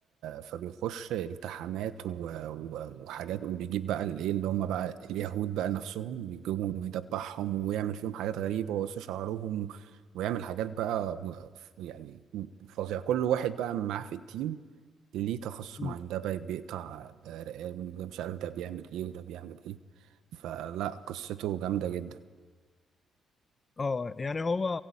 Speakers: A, on the right; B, on the left.
A: فبيخش التحامات و... و... وحاجات وبيجيب بقى الايه اللي هم بقى اليهود بقى نفسهم بيجيبهم ويدبحهم ويعمل فيهم حاجات غريبة ويقص شعرهم ويعمل حاجات بقى م- يعني فظيعة كل واحد بقى معاه في التيم ليه تخصص
B: مم.
A: معين ده بقى بيقطع آه، رقاب ده مش عارف ده بيعمل ايه وده بيعمل ايه فلا قصته جامدة جدا
B: اه يعني هو